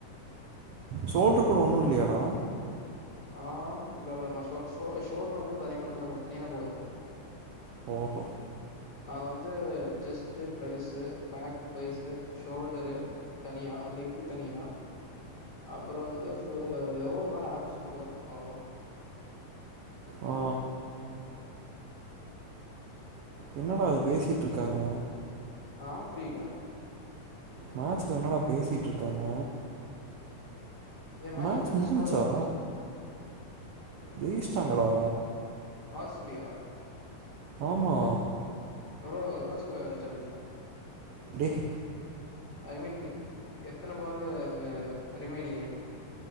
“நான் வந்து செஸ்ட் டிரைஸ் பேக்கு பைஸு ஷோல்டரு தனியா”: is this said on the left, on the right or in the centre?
Left